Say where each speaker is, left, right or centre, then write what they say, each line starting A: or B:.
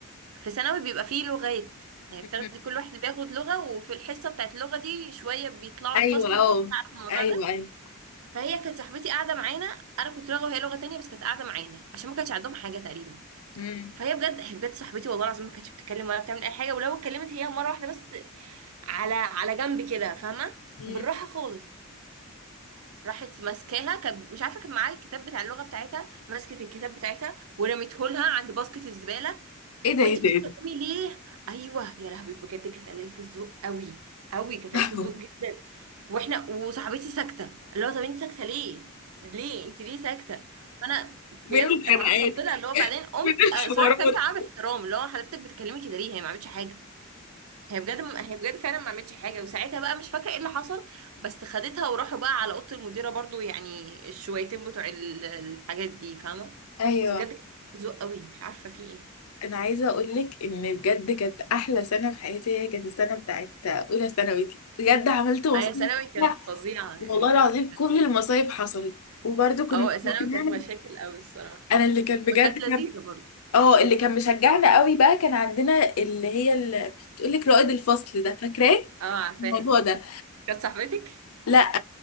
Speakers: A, on the right (about 75°); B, on the left (about 80°).
A: في ثانوي بيبقى فيه لغات يعني
B: <laughs>
A: بتاخدي كل واحد بياخد لغة وفي الحصة بتاعت اللغة دي شوية بيطلعوا
B: ايوه
A: الفصل
B: اه
A: وشوية عارفة الموضوع
B: ايوه
A: ده
B: ايوه
A: فهي كانت صاحبتي قاعدة معانا انا كنت لغة وهي لغة تانية بس كانت قاعدة معانا عشان ما كانش عندهم حاجة تقريبا
B: مم.
A: فهي بجد هي بجد صاحبتي والله العظيم ما كانتش بتتكلم ولا بتعمل اي حاجه ولو اتكلمت هي مره واحده بس على على جنب كده فاهمه
B: مم.
A: بالراحه خالص راحت ماسكاها كان مش عارفه كان معاها الكتاب بتاع اللغه بتاعتها مسكت الكتاب بتاعتها ورميته لها عند باسكت الزباله
B: ايه ده
A: وانت
B: ايه
A: بتتكلمي
B: ده ايه ده
A: ليه ايوه يا لهوي بجد كانت قليله الذوق قوي قوي كانت
B: <laughs>
A: قليله
B: أهو.
A: الذوق جدا واحنا وصاحبتي ساكته اللي هو طب انت ساكته ليه ليه انت ليه ساكته فانا بجد
B: بين الخناقات
A: اتعصبت لها اللي هو بعدين قمت
B: بين الحوارات
A: آه، صراحه كلمت معاها باحترام اللي هو حضرتك بتتكلمي كده ليه هي ما عملتش حاجه هي بجد هي بجد فعلا ما عملتش حاجه وساعتها بقى مش فاكره ايه اللي حصل بس خدتها وراحوا بقى على اوضه المديره برضو يعني الشويتين بتوع ال- الحاجات دي فاهمه
B: ايوه
A: بس بجد كانت قلة ذوق قوي مش عارفه في ايه
B: انا عايزه اقول لك ان بجد كانت احلى سنه في حياتي هي كانت السنه بتاعت اولى ثانوي دي بجد عملت مصايب
A: هي ثانوي كانت
B: لا،
A: فظيعة يعني
B: والله العظيم
A: كانت
B: كل المصايب حصلت وبرده كنا
A: أو ثانوي
B: بنعمل-
A: كانت مشاكل أوي الصراحة
B: انا اللي كان بجد
A: وكانت لذيذة برضو
B: اه اللي كان مشجعنا قوي بقى كان عندنا اللي هي اللي بتقولك رائد الفصل ده فاكراه
A: اه عارفاها
B: الموضوع ده
A: كانت صاحبتك
B: لا